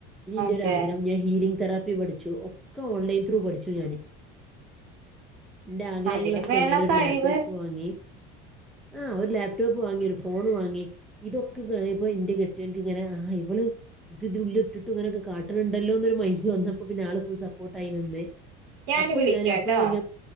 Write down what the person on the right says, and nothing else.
അതെ
അതിന്
വേണം
കഴിവ്
ഞാന്
വിളിക്കാട്ടോ